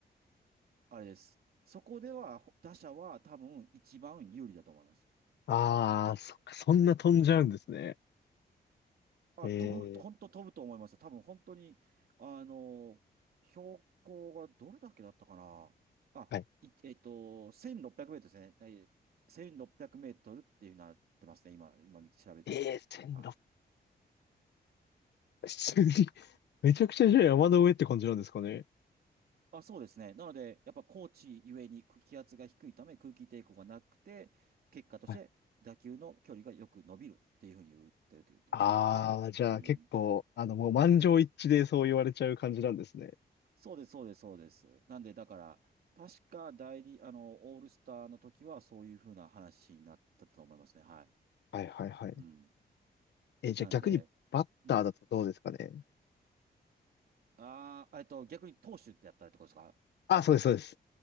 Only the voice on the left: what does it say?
ああ、そっか、そんな飛んじゃうんですね。
ええ
はい。
ええ1600、
普通に <laughs> めちゃくちゃじゃあ山の上って感じなんですかね。
はい。ああ、じゃあ結構、
あの、もう満場一致でそう言われちゃう感じなんですね。
はいはいはい。
えじゃあ逆にバッターだとどうですかね。
あ、そうですそうです。